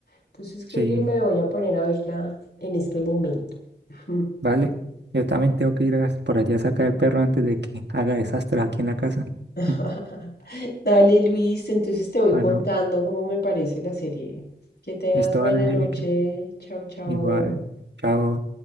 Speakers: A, on the left (about 65°); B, on the right (about 80°).
A: Entonces creo
B: Sí,
A: que me voy a poner a verla en este momento. <laughs>
B: vale. Yo también tengo que ir a- por allá a sacar el perro antes de que haga desastres aquí en la casa.
A: <laughs>
B: <laughs>
A: Dale, Luis, entonces te voy
B: Bueno,
A: contando cómo me parece la serie. Que tengas
B: esto
A: buena
B: vale, Angélica.
A: noche. Chao, chao.
B: Igual, chao.